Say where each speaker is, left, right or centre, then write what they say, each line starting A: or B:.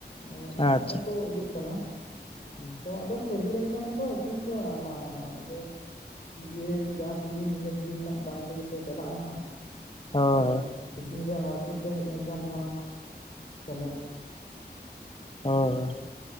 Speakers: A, on the left; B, on the left.
A: ᱟ
B: ᱟᱪᱪᱷᱟ
A: ᱦᱮᱸ ᱠᱚ ᱤᱭᱟᱹᱜ ᱠᱟᱱᱟ
B: ᱦᱳᱭ
A: ᱟᱫᱚᱢᱟᱜ ᱫᱚ᱾ ᱥᱟᱹᱨᱫᱤ ᱞᱮᱱᱠᱷᱟᱱ ᱜᱮᱠᱚ ᱟᱹᱠᱷᱨᱤᱧ ᱠᱚᱣᱟ ᱢᱟ ᱟᱫᱚ ᱡᱮ ᱡᱟ ᱥᱤᱡᱤᱱ ᱤᱱᱟᱹ ᱥᱤᱡᱤᱱ ᱨᱮᱱᱟᱜ ᱫᱟᱢ ᱛᱮᱜᱮᱛᱚ ᱪᱟᱞᱟᱜᱼᱟ ᱦᱟᱸᱜ᱾
B: ᱦᱳᱭ
A: ᱮᱠᱷᱚᱱ ᱛᱤᱠᱤᱱ ᱨᱮ ᱢᱟᱨᱠᱮᱴ ᱨᱮ ᱦᱮᱡ ᱞᱮᱱᱠᱷᱟᱱ ᱱᱚᱣᱟ ᱪᱟᱞᱟᱜ
B: <unintelligible>